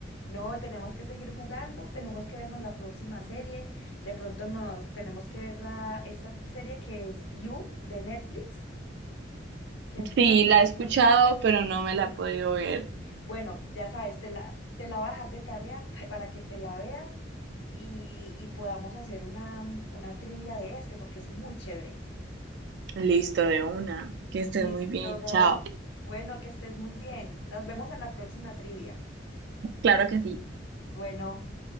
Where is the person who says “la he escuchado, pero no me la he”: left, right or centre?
Right